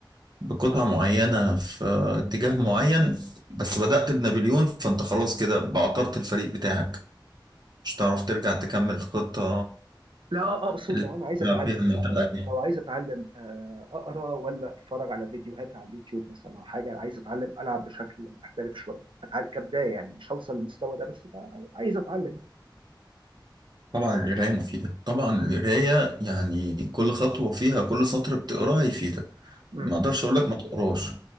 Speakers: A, on the right; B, on the right.
A: بقطعة معينة في اتجاه معين بس بدأت بنابليون فانت خلاص كده بعطرت الفريق بتاعك مش هتعرف ترجع تكمل الخطة
B: لا اقصد
A: اللي
B: لو انا عايز
A: بتلعب
B: اتعلم
A: بيها من بعدين.
B: لو عايز اتعلم آه، اقرا ولا اتفرج على فيديوهات على اليوتيوب مثلا او حاجه عايز اتعلم العب بشكل محترف شويه أتعلم كبدايه يعني مش هوصل للمستوى ده بس بقى عايز اتعلم
A: طبعا القراية مفيدة طبعا القراية يعني كل خطوة فيها كل سطر بتقراه هيفيدك
B: مم.
A: ما اقدرش اقول لك ما تقراش